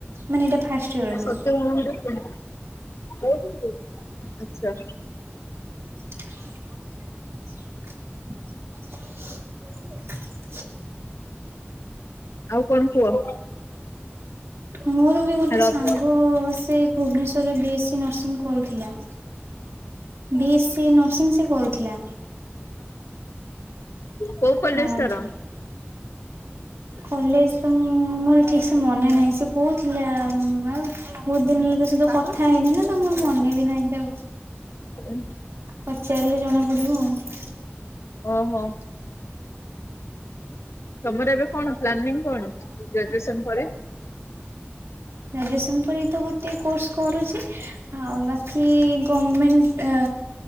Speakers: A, on the right (about 80°); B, on the left (about 80°).
A: ମାନେ ଏଇଟା ଫାଷ୍ଟ ଇୟର। ମୋର
B: ସତରେ <unintelligible> ଆଛା
A: <unintelligible>
B: ଆଉ କଣ କୁହ?
A: ମୋର ବି ଗୋଟେ
B: ରଥ
A: ସାଙ୍ଗ ସେ ଭୁବନେଶ୍ୱର ରେ ବି ଏସ୍ ସି ନର୍ସିଂ କରିଥିଲା। ବି ଏ ସି ନର୍ସିଂ ସେ କରୁଥିଲା।
B: କୋଉ କଲେଜ
A: ଆଉ
B: ତାର?
A: କଲେଜ ତ ମୁଁ ମୋର ଠିକସେ ମନେ ନାହିଁ ସେ କୋଉଥିଲା ଉଁ ଆଉ ବୋହୁତ ଦିନ ହେଲେ ତା ସହିତ କଥା ହେଇନି ନା ତ ମୁଁ ମନେ ବି ନାହିଁ ତାକୁ
B: ଏନ୍ ଭ
A: ପଚାରଲେ ଜଣାପଡିବ ଆଉ।
B: ଓହୋ। ତମର ଏବେ କଣ ପ୍ଲାନିଂ କଣ ଗ୍ରାଜୁଏସନ ପରେ?
A: ଗ୍ରାଜୁଏସନ୍ ପରେ ଏଇ ତ ଗୋଟିଏ କୋର୍ସ କରୁଚି ଆଉ ବା କି ଗମେଣ୍ଟ ଆ